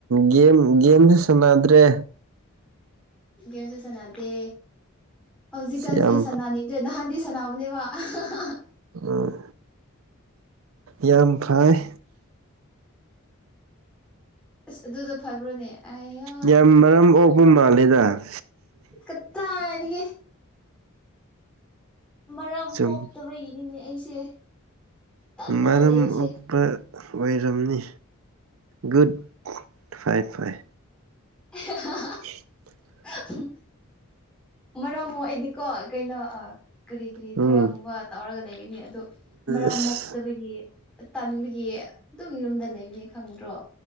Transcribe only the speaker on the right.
ꯒꯦꯝ ꯒꯦꯝꯁꯨ ꯁꯥꯟꯅꯗ꯭ꯔꯦ
ꯌꯥꯝ
ꯎꯝ ꯌꯥꯝ ꯐꯩꯏ
ꯌꯥꯝ ꯃꯔꯝ ꯑꯣꯛꯄ ꯃꯥꯜꯂꯦꯗ
ꯁꯨꯝ
ꯃꯔꯝ
ꯑꯣꯛꯄ ꯑꯣꯏꯔꯝꯅꯤ ꯒꯨꯠ ꯐꯥꯏ ꯐꯥꯏ
ꯍꯤ
<inaudible>
ꯎꯝ
ꯑꯁ